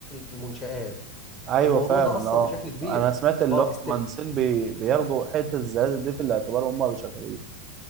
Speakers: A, on the left; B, on the right.
A: المنشآت
B: ايوه
A: الموضوع
B: فعلا
A: ده اثر
B: اه
A: بشكل كبير
B: انا سمعت اللي
A: اه
B: هو
A: استغ...
B: المهندسين بي... بياخدوا حته الزلازل دي في الاعتبار وهم شغالين